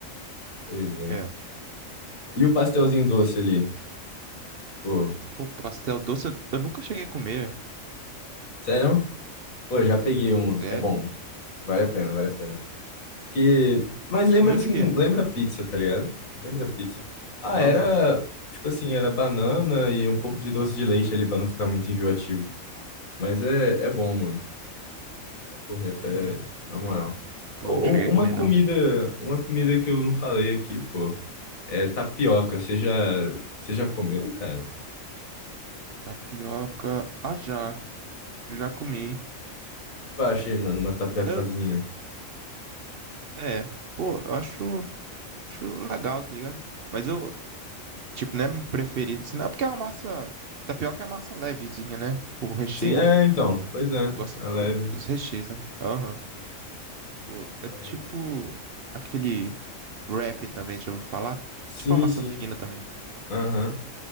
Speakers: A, on the left; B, on the right.
A: Pois é.
B: é
A: E o pastelzinho doce ali? Pô,
B: Pô, pastel doce, eu, eu nunca cheguei a comer.
A: sério? Pô, já peguei um.
B: Sério.
A: É bom. Vale a pena, vale a pena. Porque. Mas lembra
B: Comeu
A: assim,
B: de quê?
A: lembra pizza, tá ligado? Lembra pizza. Ah,
B: Aham.
A: era. Tipo assim, era banana e um pouco de doce de leite ali pra não ficar muito enjoativo. Mas é, é bom, mano. Porra, até.
B: Uhum.
A: Na moral.
B: Pô,
A: Ô,
B: não cheguei
A: um- uma
B: a comer,
A: comida.
B: não.
A: Uma comida que eu não falei aqui, pô. É tapioca. Você já. Você já comeu, cara?
B: Tapioca. Ah, já. Já comi.
A: Tu acha aí, mano, uma tapiocazinha?
B: Eu, é. Pô, eu acho, acho legal, tá ligado? Mas eu, tipo, não é meu preferido, assim, não. é Porque é uma massa. Tapioca é massa levezinha, né? O recheio.
A: Sim, é, então. Pois é,
B: Eu gosto
A: é leve.
B: dos recheios, né? Aham. Pô, é tipo.
A: Aí-
B: Aquele wrap também, deixa eu falar.
A: Sim,
B: Tipo uma massa
A: sim.
B: fina também.
A: Aham.